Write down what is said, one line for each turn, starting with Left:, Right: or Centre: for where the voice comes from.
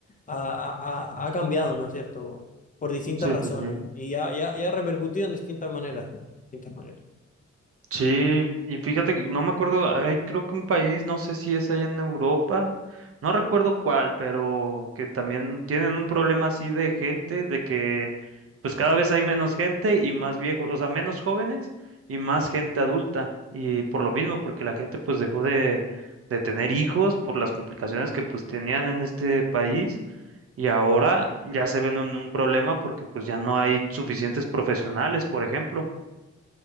Left: ha, ha- ha- ha cambiado, ¿no es cierto? Por distintas
Right: sí,
Left: razones
Right: sí, sí.
Left: y ya, ya, ya ha repercutido en distintas maneras, distintas maneras.
Right: Sí, y fíjate que no me acuerdo, hay creo que un país, no sé si es allá en Europa, no recuerdo cuál, pero que también tienen un problema así de gente, de que pues cada vez hay menos gente y más viejos, o sea, menos jóvenes y más gente adulta, y por lo mismo, porque la gente pues dejó de, de tener hijos por las complicaciones que pues tenían en este país y ahora ya se ven en un problema porque pues ya no hay suficientes profesionales, por ejemplo.